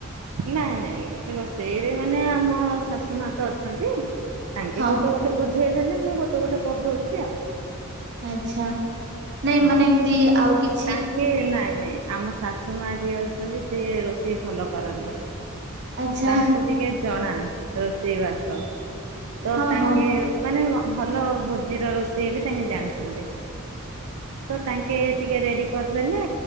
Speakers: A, on the right; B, on the right.
A: ନାଇଁ ନାଇଁ ନାଇଁ ରୋଷେଇରେ ମାନେ ଆମ ଶାଶୁ ମା ତ ଅଛନ୍ତି। ତାଙ୍କେ
B: ହଁ
A: ଗୋଟେ ଗୋଟେ ବଝେଇ ସେ ତାହେଲେ ମୁଁ ଗୋଟେ ଗୋଟେ କରିଦେଉଛି ଆଉ।
B: ଆଚ୍ଛା। ନାଇଁ
A: ହଁ।
B: ମାନେ ଏମତି ଆଉ କିଛି
A: ତାଙ୍କେ ନାଇଁ ନାଇଁ। ଆମ ଶାଶୁ ମା ଯିଏ ଅଛନ୍ତି ସେ ରୋଷେଇ ଭଲ କରନ୍ତି।
B: ଆଚ୍ଛା
A: ତାଙ୍କୁ ଟିକେ ଜଣା ରୋଷେଇବାସ। ତ
B: ହଁ
A: ତାଙ୍କେ
B: ହଁ
A: ମାନେ ଭଲ ଭୋଜିର ରୋଷେଇ ବି ତାଙ୍କେ ଜାଣିଛନ୍ତି ତ ତାଙ୍କେ ଟିକେ ରେଡ଼ି କରିଦେଲେ